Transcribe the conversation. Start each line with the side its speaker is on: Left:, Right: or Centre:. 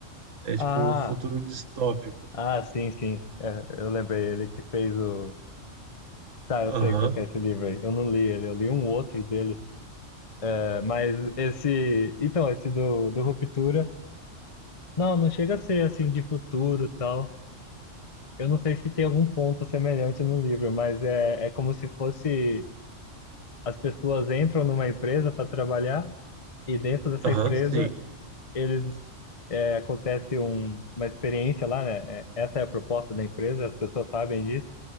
Right: é é
Left: Ah,
Right: tipo um futuro distópico.
Left: ah, sim, sim. É, eu lembrei, ele que fez o. Tá, eu
Right: Aham,
Left: sei qual que é esse livro aí. Eu não li ele, eu li um outro dele. É, mas esse. Então, esse do, do Ruptura. Não, não chega a ser assim de futuro e tal. Eu não sei se tem algum ponto semelhante no livro, mas é, é como se fosse as pessoas entram numa empresa para trabalhar e dentro dessa
Right: aham,
Left: empresa
Right: sim.
Left: eles é, acontece um, uma experiência lá, né? É, essa é a proposta da empresa, as pessoas sabem disso